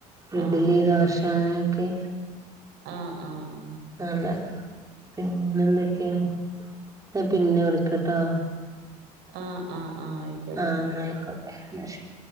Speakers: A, on the right; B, on the right.
A: ഇഡ്ഡലി
B: ആഹ് ആഹ്
A: ദോശ് ഞാനോക്കെ
B: ആഹ് ആഹ് ആഹ്
A: അള്ളെ പിന്നൊന്തേക്കേണ് ഞ പിന്നെ വിളിക്കട്ടോ?
B: ആഹ് ആഹ് ആഹ് ആയി
A: ആഹ് ഇന്നായിക്കോട്ടെ ഇന്ന ശരി.